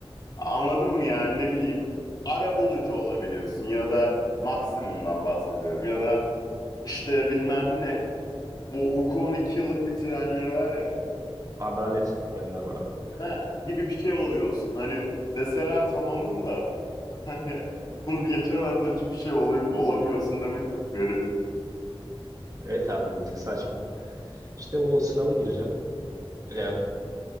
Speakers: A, on the left (about 45°); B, on the right (about 35°).
A: Anladın mı yani ne bileyim arabulucu olabiliyorsun ya da maksimumdan bahsediyorum ya da işte bilmem ne bu hukukun iki yıllık bir trenleri var ya.
B: Adalet okuyanlar var abi. Evet.
A: He, gibi bir şey oluyorsun. Hani deseler tamamım da <laughs> hani bunu bir geçemezsen hiçbir şey olayım, olamıyorsun demek çok garip.
B: Evet abi bir tık saçma. İşte o sınava gireceğim. Eğer